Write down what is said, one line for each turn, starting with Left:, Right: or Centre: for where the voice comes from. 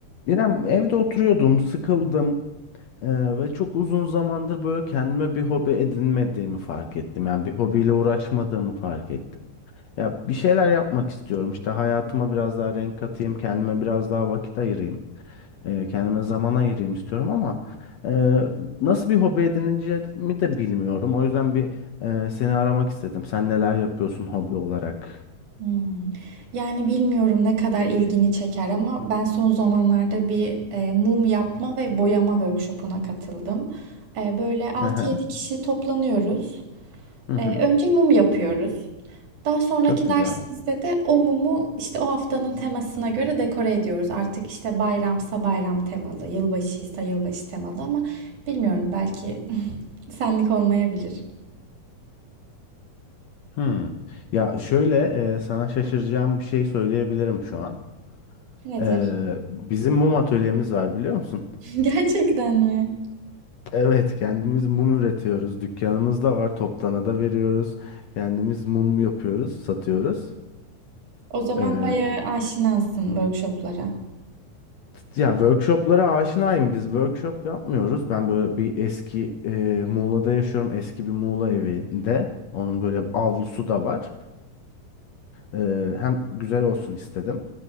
Left: İrem evde oturuyordum, sıkıldım eee, ve çok uzun zamandır böyle kendime bir hobi edinmediğimi fark ettim. Yani bir hobiyle uğraşmadığımı fark ettim. Ya bir şeyler yapmak istiyorum. İşte hayatıma biraz daha renk katayım, kendime biraz daha vakit ayırayım, eee, kendime zaman ayırayım istiyorum ama eee, nasıl bir hobi edineceğimi de bilmiyorum. O yüzden bir eee, seni aramak istedim. Sen neler yapıyorsun hobi olarak?
Right: Hımm. Yani bilmiyorum ne kadar ilgini çeker ama ben son zamanlarda bir, eee, mum yapma ve boyama workshop'una katıldım. Eee, böyle altı
Left: <laughs> Hı hı.
Right: yedi kişi toplanıyoruz.
Left: Hı hı.
Right: Eee, önce mum yapıyoruz. Daha sonraki
Left: Çok güzel.
Right: dersimizde de o mumu, işte, o haftanın temasına göre dekore ediyoruz. Artık, işte, bayramsa bayram temalı, yılbaşıysa yılbaşı temalı ama bilmiyorum belki <laughs> senlik olmayabilir.
Left: Hmm. Ya şöyle e, sana şaşıracağım bir şey söyleyebilirim şu an.
Right: Nedir?
Left: Ee, bizim mum atölyemiz var biliyor musun?
Right: <laughs> Gerçekten mi?
Left: Evet, kendimiz mum üretiyoruz. Dükkanımız da var. Toptana da veriyoruz. Kendimiz mum yapıyoruz, satıyoruz.
Right: O zaman
Left: Ee,
Right: bayağı aşinasın workshoplara.
Left: t- yani workshoplara aşinayım. Biz workshop yapmıyoruz. Ben böyle bir eski e, Muğla'da yaşıyorum. Eski bir Muğla evinde. Onun böyle avlusu da var. Ee, hem güzel olsun istedim.